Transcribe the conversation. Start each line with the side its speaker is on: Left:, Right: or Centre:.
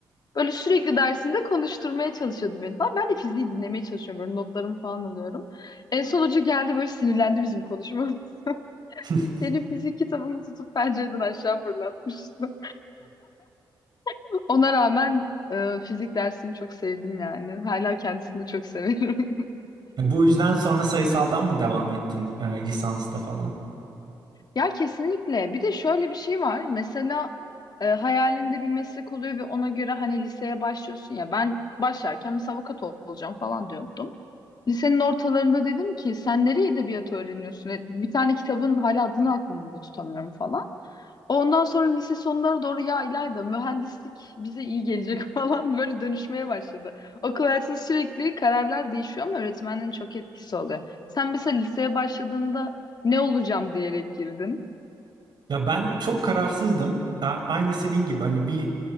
Left: Böyle sürekli dersinde konuşturmaya çalışıyordu beni falan. Ben de fiziği dinlemeye çalışıyorum. Böyle notlarımı falan alıyorum. En son hoca geldi böyle sinirlendi bizim konuşmamız. <laughs>
Right: <laughs>
Left: Benim fizik kitabımı tutup pencereden aşağı fırlatmıştı. <laughs> Ona rağmen e, fizik dersini çok sevdim yani. Hala kendisini de çok severim. <laughs>
Right: Bu yüzden sonra sayısaldan mı devam ettin e, lisansta falan?
Left: Ya kesinlikle. Bir de şöyle bir şey var. Mesela e, hayalinde bir meslek oluyor ve ona göre hani liseye başlıyorsun ya. Ben başlarken mesela avukat ol- olacağım falan diyordum. Lisenin ortalarında dedim ki sen nereye edebiyat öğreniyorsun? E, Bir tane kitabın hala adını aklımda tutamıyorum falan. Ondan sonra lise sonlara doğru ya İlayda mühendislik bize iyi gelecek <laughs> falan böyle dönüşmeye başladı. Okul hayatında sürekli kararlar değişiyor ama öğretmenlerin çok etkisi oluyor. Sen mesela liseye başladığında ne olacağım diyerek girdin.
Right: Ya ben çok kararsızdım. A- Aynı senin gibi hani bir